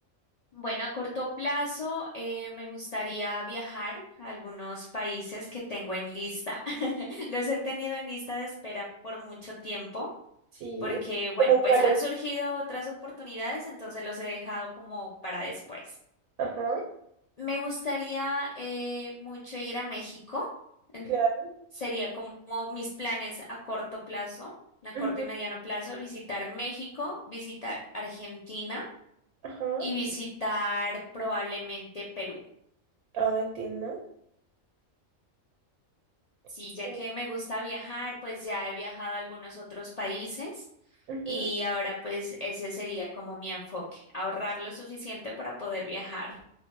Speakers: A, on the left; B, on the right.
A: Bueno, a corto plazo eh, me gustaría viajar a algunos países que tengo en lista. <laughs> Los he tenido en lista de espera por mucho tiempo,
B: Sí.
A: porque bueno,
B: ¿Cómo
A: pues
B: cuáles?
A: han surgido otras oportunidades, entonces los he dejado como para después.
B: Ajá,
A: Me gustaría eh, mucho ir a México. en-
B: claro.
A: sería como mis planes a corto plazo, a corto
B: Ujú,
A: y mediano plazo, visitar México, visitar Argentina
B: Ajá.
A: y visitar probablemente Perú.
B: Ah, entiendo.
A: Sí,
B: Sí.
A: ya que me gusta viajar, pues ya he viajado a algunos otros países
B: Ujú,
A: y ahora pues ese sería como mi enfoque, ahorrar lo suficiente para poder viajar